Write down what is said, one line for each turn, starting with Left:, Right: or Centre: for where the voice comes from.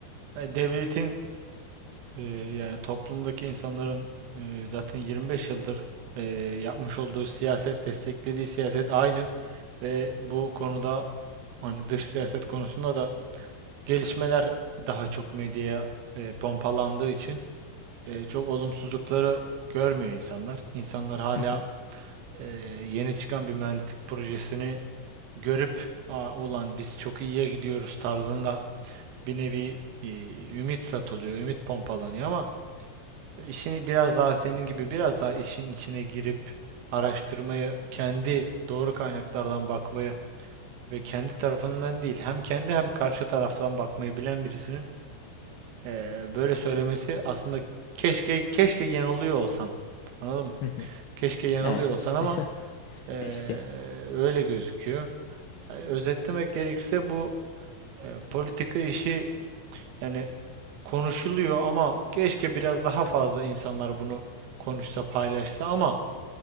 Right: e, devletin e, yani toplumdaki insanların e, zaten 25 yıldır e, yapmış olduğu siyaset, desteklediği siyaset aynı ve bu konuda hani dış siyaset konusunda da gelişmeler daha çok medyaya e, pompalandığı için e, çok olumsuzlukları görmüyor insanlar. İnsanlar hala
Left: Hı hı,
Right: e, yeni çıkan bir mühendislik projesini görüp "Aa, ulan biz çok iyiye gidiyoruz tarzında bir nevi e, ümit satılıyor, ümit pompalanıyor ama işini biraz daha senin gibi biraz daha işin içine girip araştırmayı, kendi doğru kaynaklardan bakmayı ve kendi tarafından değil hem kendi hem karşı taraftan bakmayı bilen birisinin e, böyle söylemesi aslında keşke keşke yanılıyor olsan. Anladın mı?
Left: hı hı.
Right: Keşke yanılıyor
Left: Evet.
Right: olsan ama
Left: <laughs>
Right: e,
Left: Keşke.
Right: öyle gözüküyor. e, özetlemek gerekirse bu e, politika işi yani konuşuluyor ama keşke biraz daha fazla insanlar bunu konuşsa, paylaşsa ama